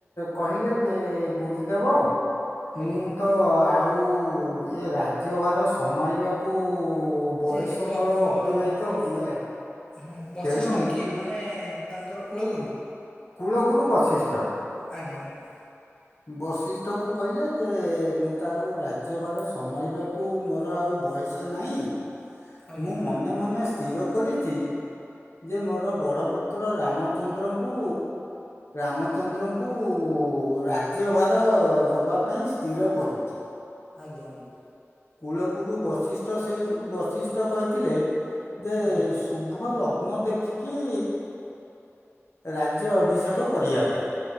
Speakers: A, on the left; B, on the left.
A: କହିଲେ ଯେ ଗୁରୁଦେବ।
B: ଆଜ୍ଞା
A: ମୁଁ ତ ଆଉ ଏ ରାଜିହବାର ସମାଳିବାକୁ ବୟସ
B: ଯେ ବ
A: ମୋର
B: ବ
A: ଅତିବାହିତ
B: ଟି
A: ହୋଇଗଲାଣି।
B: ହଁ ବଶିଷ୍ଠ
A: ତେଣୁ
B: କିଏ ମାନେ ତାଙ୍କର କୂଳଗୁରୁ।
A: କୂଳଗୁରୁ ବଶିଷ୍ଠ।
B: ଆଜ୍ଞା ଆଜ୍ଞା।
A: ବଶିଷ୍ଠକୁ କହିଲେ ଯେ ମୁଁ ତ ଆଉ ରାଜ୍ୟଭାର ସମାଳିବାକୁ ମୋର ଆଉ ବୟ ୟସ ନାହିଁ।
B: ଆଜ୍ଞା
A: ମୁଁ ମନେ ମନେ ସ୍ଥିର କରିଚି ଯେ ମୋର ବଡ ପୁ ପୁତ୍ର ରାମଚନ୍ଦ୍ରଙ୍କୁ ରାମଚନ୍ଦ୍ରଙ୍କୁ ରା ଜ୍ୟ ଭାର ଦବା ପାଇଁ ସ୍ଥିର କରୁଚି।
B: ଆଜ୍ଞା ଆଜ୍ଞା।
A: କୂଳଗୁରୁ ବଶିଷ୍ଠ ସେଇଠୁ ବଶିଷ୍ଠ କହିଥିଲେ ଯେ
B: ଆଜ୍ଞା
A: ପୁଭ ଲଗ୍ନ ଦେଖିକି ରାଜ୍ୟ ଅଭିଷେକ କରିବଆ ପାଇଁ।